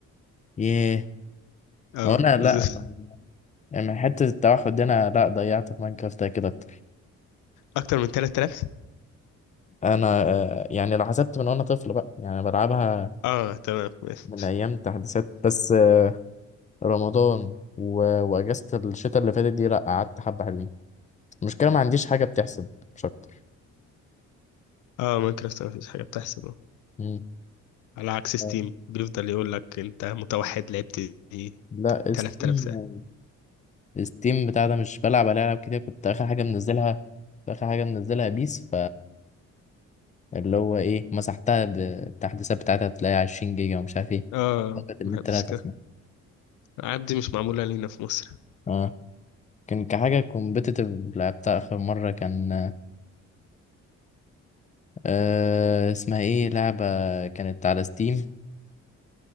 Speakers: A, on the left; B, on the left.
A: ياه
B: اه
A: او انا
B: بالظبط
A: لا ما- يعني حته التوحد دي انا لا ضيعت في ماينكرافت كده اكتر
B: اكتر من 3000
A: انا آه يعني لو حسبت من وانا طفل بقى يعني بلعبها
B: اه تمام ماشي
A: من ايام تحديثات بس آه، رمضان و... واجازه الشتاء اللي فاتت دي لا قعدت حبه حلوين المشكله ما عنديش حاجه بتحسب مش اكتر
B: اه ماينكرافت مفيش حاجه بتحصل آه.
A: مم.
B: على عكس ستيم
A: آه،
B: بيفضل يقول لك انت متوحد لعبت ايه
A: لا
B: 3000
A: ستيم
B: ساعه
A: ستيم بتاع ده مش بلعب عليه العاب كتير كنت اخر حاجه منزلها اخر حاجه منزلها بيس اللي هو ايه مسحتها بالتحديثات بتاعتها تلاقي 20 جيجا ومش عارف ايه
B: اه
A: فقط النت
B: ما بحبش
A: لا تفنى
B: كده العاب دي مش معموله لينا في مصر
A: اه كان كحاجة كومبيتيتيف لعبتها آخر مرة كان آه اسمها ايه لعبة كانت على ستيم